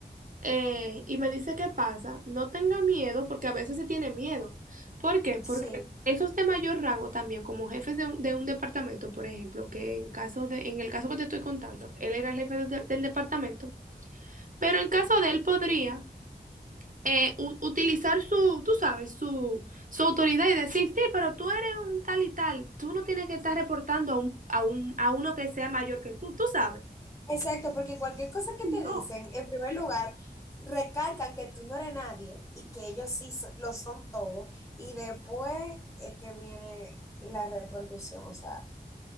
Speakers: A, on the right; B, on the left.
A: eh, y me dice qué pasa, no tenga miedo porque a veces se tiene miedo. ¿Por qué? Porque
B: Sí,
A: esos de mayor rango también, como jefes de un, de un departamento, por ejemplo, que en caso de, en el caso que te estoy contando, él era el jefe de- del departamento, pero en caso de él podría eh, u- utilizar su, tú sabes, su, su autoridad y decir, sí, pero tú eres un tal y tal, tú no tienes que estar reportando a un, a un, a uno que sea mayor que tú, tú sabes.
B: exacto, porque cualquier cosa que
A: No.
B: te dicen, en primer lugar, recalcan que tú no eres nadie y que ellos sí so- lo son todo y después es que viene la repercusión, o sea,